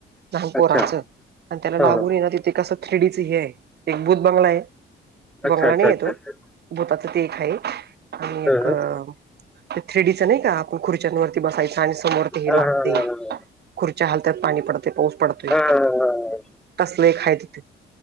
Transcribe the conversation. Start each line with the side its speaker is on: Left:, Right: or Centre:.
Right: लहान पोरांचं
Centre: अच्छा
Right: आणि त्याला लागून
Centre: हा हा.
Right: ये ना तिथे कसं थ्रीडीचं हे आहे एक भूत बंगला हे.
Centre: अच्छा
Right: बंगला
Centre: अच्छा
Right: नाहीये
Centre: अच्छा
Right: तो
Centre: अच्छा
Right: भूताच ते एक आहे आणि
Centre: हा,
Right: एक
Centre: हा.
Right: ते थ्रीेडीच नाही का आपण खुर्च्यांवररती बसायचं आणि समोर ते हे
Centre: हा,
Right: लागते
Centre: हा, हा, हा.
Right: खुर्च्या हलत्यात पाणी पडतय पाऊस पडतोय
Centre: हा, हा, हा.
Right: तसल एक हाय तिथ.